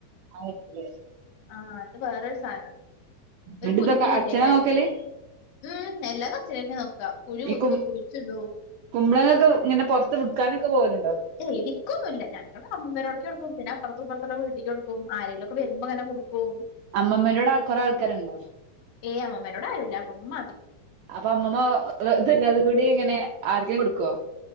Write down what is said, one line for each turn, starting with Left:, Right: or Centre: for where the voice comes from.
Right: <unintelligible>
Left: ആ അത് വേറരു സാധനം ഒരു
Right: എന്നിട്ട്
Left: കുഞ്ഞലേക്ക
Right: ഇതൊക്കെ അച്ഛനാ
Left: ആായിട്ട്
Right: നോക്കല്
Left: ഉം നെല്ല കച്ചരിെ നോക്കാ പുഴി കൊത്തും
Right: ഈ കും
Left: കുഴിച്ചിട
Right: കുമ്പളങ്ങൊക്കെ ഇങ്ങനെ പുറത്ത് വിക്കാനൊക്ക പോലുണ്ട്
Left: ഏ വിക്കൊന്നുല്ല ഞങ്ങള് അമ്മമാരോടക്ക കൊടു പിന്നെ അപ്പുറത്തപ്പുറത്തുള്ള വീട്ടിക്ക് കൊടുക്കും ആരങ്കലുംക്കെ വരുമ്പോ അങ്ങനെ കൊടുക്കും
Right: അമ്മമ്മറോട് കൊറെ ആൾക്കാരുണ്ടോ
Left: ഏ അമാനോട് ആരൂല്ല അ അമ്മ
Right: അപ്പൊ അമ്മമ്മ ഇതല്ലത കൂടി എങ്ങനെ ആർക്കേ കൊടുക്കുവോ